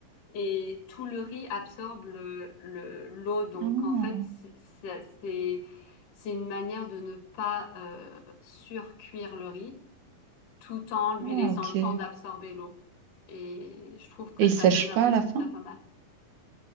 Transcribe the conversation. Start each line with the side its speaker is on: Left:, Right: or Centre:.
Left: Et tout le riz absorbe le, le- l'eau. Donc
Right: Ah,
Left: en fait, c'est, c'est, c'est c'est une manière de ne pas euh, surcuire le riz tout en lui
Right: ah,
Left: laissant
Right: ok.
Left: le
Right: Et
Left: temps d'absorber l'eau et je trouve que
Right: il
Left: ça
Right: sèche
Left: donne un
Right: pas
Left: résultat
Right: à la fin?
Left: pas mal.